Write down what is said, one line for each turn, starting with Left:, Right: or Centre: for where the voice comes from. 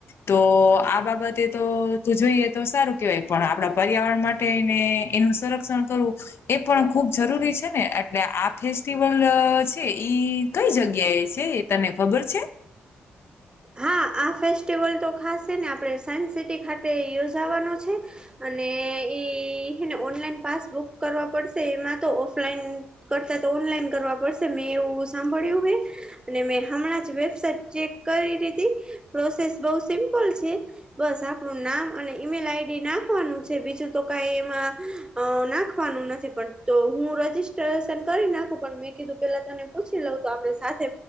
Left: તો આ બાબતે તો તું જોઈએ તો સારું કેવાય પણ આપણા પર્યાવરણ માટેને એનું સરક્ષ ક્ષણ કરવુ એ પણ ખુબ જરૂરી છે ને એટલે આ ફેસ્ટિવલ છે ઈ કઈ જગ્યાએ છે. તને ખબર છે?
Right: હા આ ફેસ્ટિવલ તો ખાસ છે ને આપણે સાયન્સ સિટી ખાતે યોજાવાનો છે. અને એઈ હેને ઓનલાઈન પાસબુક કરવા પડશે એમાં તો ઓફલાઈન કરતા તો ઓનલાઈન કરવા પડશે મેં એવું સાંભળ્યું હે અને મેં હમણાં જ વેબસાઇટ ચેક કરી લીધી પ્રોસેસ બઉ સિમ્પલ છે. બસ આપણું નામ અને ઈમેલ આઈડી નાખવાનું છે બીજું તો કાઈ એમાં અ નાખવાનું નથી પણ તો હું રજીસ્ટ્રેશન કરી નાખું પણ મેં કીધું પેલા તને પૂછી લઉ તો આપડે સાથે